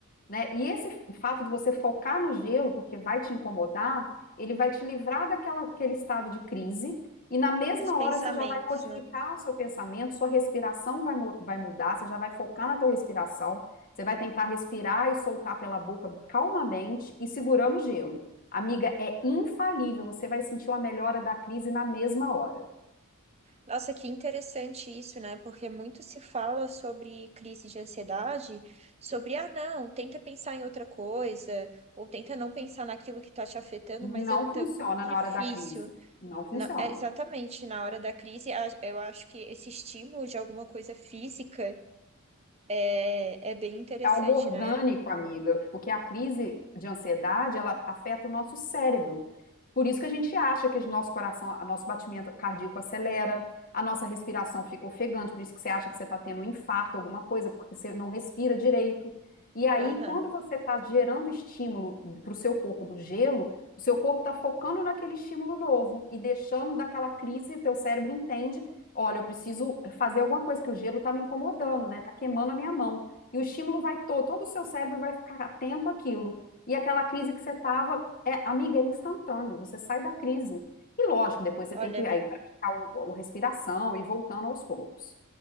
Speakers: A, on the left (about 40°); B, on the right (about 30°).
A: né? E esse fato de você focar no gelo, porque vai te incomodar, ele vai te livrar daquela, aquele estado de crise, e na mesma
B: Dos pensamentos,
A: hora você já vai modificar
B: né?
A: o seu pensamento, sua respiração vai, mu- vai mudar, você já vai focar na tua respiração, você vai tentar respirar e soltar pela boca calmamente e segurando o gelo. Amiga, é infalível, você vai sentir uma melhora da crise na mesma hora.
B: Nossa, que interessante isso, né? Porque muito se fala sobre crise de ansiedade, sobre, ah, não, tenta pensar em outra coisa, ou tenta não pensar naquilo que está te afetando,
A: Não
B: mas é
A: funciona
B: tão difícil.
A: na hora da crise. Não funciona.
B: Na- é exatamente, na hora da crise, a- eu acho que esse estímulo de alguma coisa física É, é bem interessante,
A: É algo orgânico,
B: né?
A: amiga, porque a crise de ansiedade, ela afeta o nosso cérebro. Por isso que a gente acha que o nosso coração, o nosso batimento cardíaco acelera, a nossa respiração fica ofegante, por isso que você acha que você está tendo um infarto, alguma coisa, porque você não respira direito. E aí,
B: Aham.
A: quando você está gerando estímulo para o seu corpo do gelo, o seu corpo está focando naquele estímulo novo e deixando daquela crise, teu cérebro entende, olha, eu preciso fazer alguma coisa, que o gelo está me incomodando, né? Está queimando a minha mão. E o estímulo vai todo, todo o seu cérebro vai ficar atento àquilo. E aquela crise que você estava é, amiga, é instantâneo, você sai da crise. E lógico, depois você
B: Olha,
A: tem que
B: amigo,
A: aí praticar o, a respiração e ir voltando aos poucos.